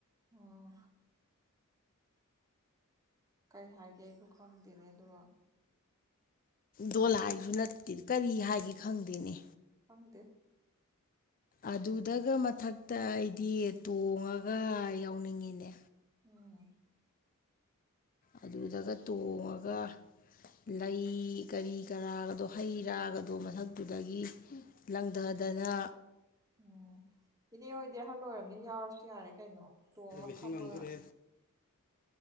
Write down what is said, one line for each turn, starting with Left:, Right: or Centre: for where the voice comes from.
Right: ꯑꯣ ꯀꯔꯤ ꯍꯥꯏꯒꯦ ꯑꯩꯕꯨ ꯈꯪꯗꯦꯅꯦ ꯂ
Left: ꯗꯣꯜ ꯍꯥꯏꯁꯨ ꯅꯠꯇꯦ ꯀꯔꯤ ꯍꯥꯏꯒꯦ ꯈꯪꯗꯦꯅꯦ
Right: ꯐꯪꯗꯦ
Left: ꯑꯗꯨꯗꯒ ꯃꯊꯛꯇ ꯑꯩꯗꯤ ꯇꯣꯡꯉꯒ ꯌꯥꯎꯅꯤꯡꯉꯤꯅꯦ
Right: ꯎꯝ
Left: ꯑꯗꯨꯗꯒ ꯇꯣꯡꯉꯒ ꯂꯩ ꯀꯔꯤ ꯀꯔꯥꯒꯗꯣ ꯍꯩ ꯔꯥꯒꯗꯣ ꯃꯊꯛꯇꯨꯗꯒꯤ ꯂꯪꯊ ꯑꯗꯨꯅ
Right: ꯎꯝ ꯏꯅꯦ ꯑꯣꯏꯗꯤ ꯑꯍꯜ ꯑꯣꯏꯔꯕꯅꯤ ꯌꯥꯎꯔꯁꯨ ꯌꯥꯔꯦ ꯀꯩꯅꯣ ꯇꯣꯡꯉ
Left: ꯦꯁꯤꯡ
Right: ꯐꯝꯃꯒ
Left: ꯑꯪꯒꯨꯔꯦ